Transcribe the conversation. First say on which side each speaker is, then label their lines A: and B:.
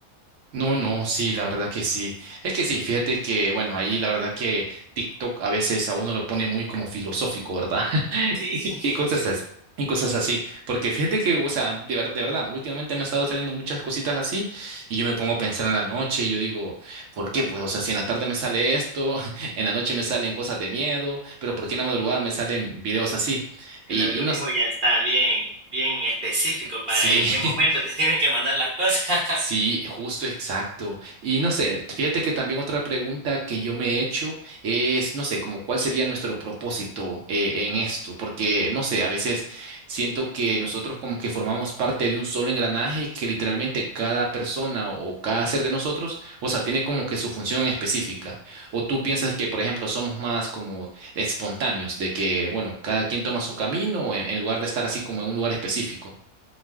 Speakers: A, on the right; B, on the right.
A: No, no, sí, la verdad que sí. Es que sí, fíjate que, bueno, ahí la verdad que TikTok a veces a uno lo pone muy como filosófico, ¿verdad? <laughs>
B: Sí.
A: Y,
B: <laughs>
A: y cosas así. Y cosas así, porque fíjate que, o sea, de, ver- de verdad, últimamente me han estado saliendo muchas cositas así y yo me pongo a pensar en la noche y yo digo, ¿por qué? Pues, o sea, si en la tarde me sale esto, <laughs> en la noche me salen cosas de miedo, pero ¿por qué en la madrugada me salen videos así? Y,
B: El algoritmo
A: y no, s-
B: ya está bien, bien específico para
A: sí.
B: en qué momento
A: <laughs>
B: te <laughs> tienen que mandar las cosas. <laughs>
A: Sí, justo, exacto. Y no sé, fíjate que también otra pregunta que yo me he hecho es, no sé, como cuál sería nuestro propósito eh, en esto, porque no sé, a veces siento que nosotros como que formamos parte de un solo engranaje y que literalmente cada persona o cada ser de nosotros, o sea, tiene como que su función específica. O tú piensas que, por ejemplo, somos más como espontáneos, de que, bueno, cada quien toma su camino en en lugar de estar así como en un lugar específico.